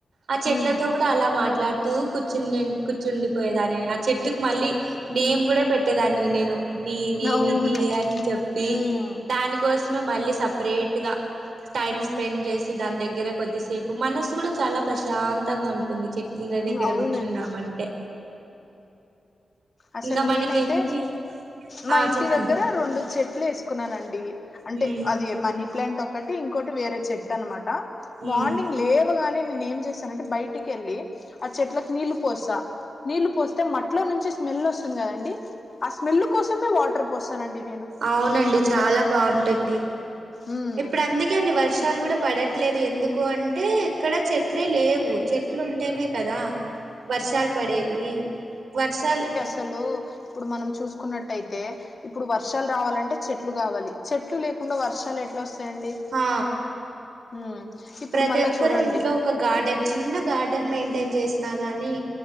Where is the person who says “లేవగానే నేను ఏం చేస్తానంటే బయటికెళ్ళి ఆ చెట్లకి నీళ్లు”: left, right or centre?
Left